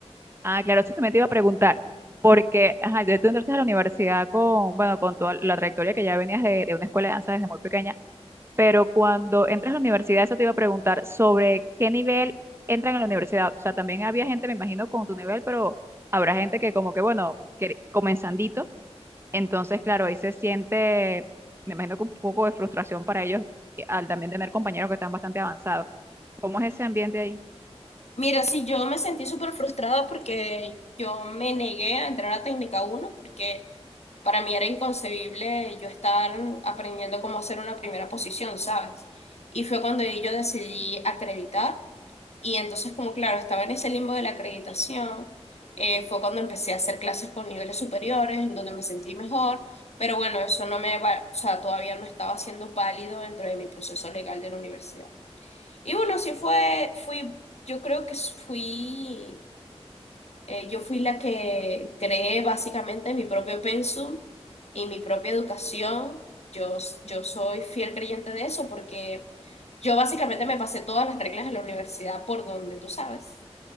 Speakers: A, on the right; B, on the left.
A: Ah, claro, eso también te iba a preguntar, porque ajá, ya tú entraste a la universidad con, bueno, con toda la trayectoria que ya venías de, de una escuela de danza desde muy pequeña, pero cuando entras a la universidad, eso te iba a preguntar sobre qué nivel entran en la universidad. O sea, también había gente, me imagino, con tu nivel, pero habrá gente que como que, bueno, que comenzandito, entonces, claro, ahí se siente, me imagino que un poco de frustración para ellos eh, al también tener compañeros que están bastante avanzados. ¿Cómo es ese ambiente ahí?
B: Mira, sí, yo me sentí súper frustrada porque yo me negué a entrar a técnica uno porque para mí era inconcebible yo estar aprendiendo cómo hacer una primera posición, ¿sabes? Y fue cuando yo decidí acreditar. Y entonces, como claro, estaba en ese limbo de la acreditación, eh, fue cuando empecé a hacer clases con niveles superiores, en donde me sentí mejor, pero bueno, eso no me va, o sea, todavía no estaba siendo válido dentro de mi proceso legal de la universidad. Y bueno, sí fue, fui, yo creo que fui, eh, yo fui la que creé básicamente mi propio pensum y mi propia educación. Yo, yo soy fiel creyente de eso porque yo básicamente me pasé todas las reglas de la universidad por donde tú sabes.